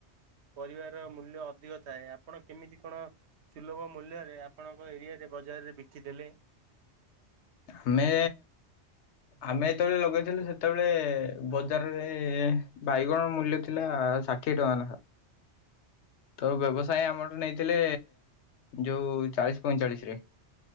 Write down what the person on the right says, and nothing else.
ପରିବାର ମୂଲ୍ୟ ଅଧିକ ଥାଏ ଆପଣ କେମିତି କଣ ସୁଲଭ ମୂଲ୍ୟରେ ଆପଣଙ୍କ ଏରିଆରେ ବଜାରରେ ବିକିଦେଲେ।